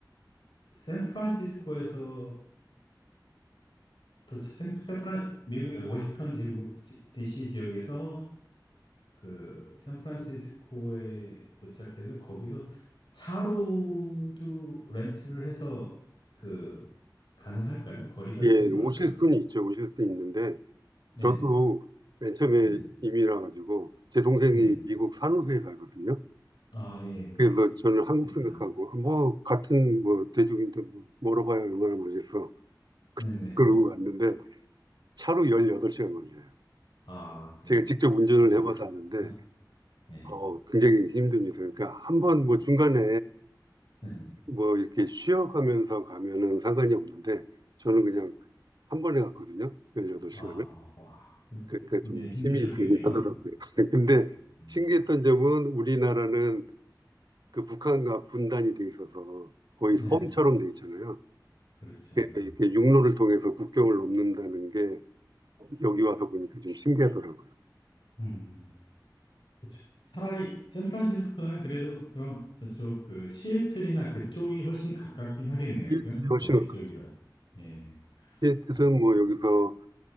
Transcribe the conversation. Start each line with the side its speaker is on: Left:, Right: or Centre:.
Left: 샌프란시스코에서 도착, 샌, 샌프란, 미국, 워싱턴 지역, DC 지역에서 그 샌프란시스코에 도착해서 거기서 차로도 렌트를 해서 그 가능할까요? 거리가
Right: 예,
Left: 좀 멀까요?
Right: 오실 수는 있죠. 오실 수는 있는데
Left: 네네,
Right: 저도 맨 처음에
Left: 네네,
Right: 이민 와가지고 제 동생이
Left: 네네.
Right: 미국 산호세에 살거든요.
Left: 아, 예,
Right: 그래서
Left: 그렇죠.
Right: 저는
Left: 비-
Right: 한국
Left: 비슷한.
Right: 생각하고 뭐 같은 뭐 대륙인데 뭐 멀어봐야 얼마나 멀겠어
Left: 네네.
Right: 그러고 갔는데 차로 18시간 걸려요.
Left: 아, 그럼요.
Right: 제가 직접 운전을
Left: 어휴,
Right: 해봐서 아는데
Left: <laughs> 예.
Right: 어, 굉장히 힘듭니다. 그러니까 한번
Left: 아,
Right: 뭐 중간에
Left: 네네.
Right: 뭐 이렇게 쉬어가면서 가면은 상관이 없는데 저는 그냥 한 번에 갔거든요. 18시간을.
Left: 아, 와.
Right: 그렇게
Left: 굉장히
Right: 좀
Left: 힘드셨겠네요.
Right: 힘이 들긴
Left: <laughs>
Right: 하더라고요. <laughs> 근데
Left: 음,
Right: 신기했던 점은 우리나라는 그 북한과 분단이 돼 있어서 거의
Left: 네네.
Right: 섬처럼 돼 있잖아요.
Left: 그렇죠.
Right: 그래서 이렇게 육로를 통해서 국경을 넘는다는 게 여기 와서 보니까 좀 신기하더라고요.
Left: 음. 그쵸. 차라리 샌프란시스코보다는 그래도 그럼 저쪽 그 시애틀이나 그쪽이 훨씬 가깝긴 하겠네요.
Right: 시애틀이
Left: 그죠?
Right: 훨씬
Left: 더 위쪽이라.
Right: 가깝죠.
Left: 예.
Right: 시애틀은
Left: 그러면은
Right: 뭐 여기서